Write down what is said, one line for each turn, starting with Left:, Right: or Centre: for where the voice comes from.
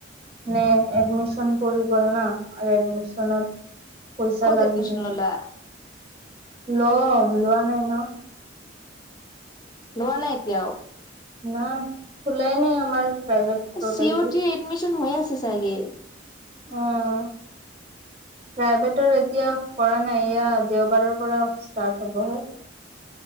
Right: নে এডমিছন পৰি গ'ল ন আৰু এডমিশনত পইচা
Left: ক'ত
Right: লাগিব
Left: এডমিশ্যন ললা?
Right: লম লোৱা নাই ন।
Left: লোৱা নাই এতিয়াও?
Right: ন খুলাই নাই আমাৰ। প্ৰাইভেট
Left: এ
Right: পৰ্টেলটো
Left: চি টিৰ এডমিশন হৈ আছে চাগে।
Right: উম, প্ৰাইভেটত এতিয়া কৰা নাই এয়া দেওবাৰৰ পৰা ষ্টাৰ্ট হ'বহে। <inaudible>